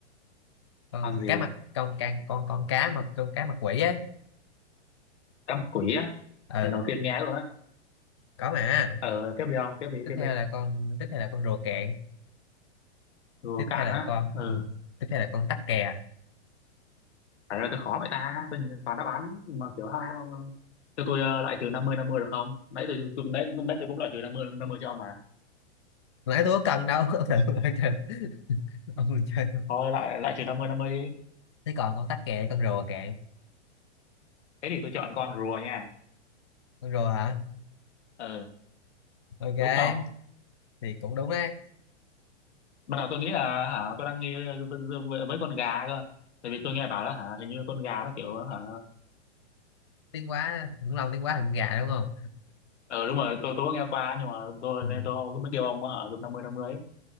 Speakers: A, on the left; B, on the left.
A: con
B: con gì
A: cá mặt con can con con cá mà con cá mặt quỷ ấy
B: cá mập quỷ á
A: ừ
B: lần đầu tiên nghe luôn á
A: có mà
B: ờ tiếp đi ông tiếp đi
A: tiếp
B: tiếp
A: theo
B: đi
A: là con tiếp theo là con rùa cạn
B: rùa
A: tiếp
B: cạn
A: theo là
B: á
A: con
B: ờ
A: ừ. tiếp theo là con tắc kè
B: phải là tôi khó vậy ta tôi nhìn toàn đáp án mà kiểu hao hao cho tôi ờ, lại trừ năm mươi năm mươi được không nãy tôi tôi nãy, nãy tôi cũng lại trừ năm mươi năm mươi cho ông mà
A: nãy tôi có cần đâu <laughs> ông thử ông chơi ông còn chơi không?
B: thôi lại lại trừ năm mươi năm mươi đi
A: thế còn con tắc kè con rùa cạn
B: thế thì tôi chọn con rùa nha
A: con rùa hả
B: ờ
A: ok
B: đúng không
A: thì cũng đúng đấy
B: Ban đầu tôi nghĩ là hả tôi đang nghi với, với con gà cơ. Tại vì tôi nghe bảo là hả hình như con gà nó kiểu hả
A: tiếng quá khủng long tiếng quá thành gà đúng không
B: ờ đúng rồi tôi tôi có nghe qua nhưng mà tôi
A: ừ.
B: nên tôi mới kêu ông ở chục năm mươi năm mươi ấy,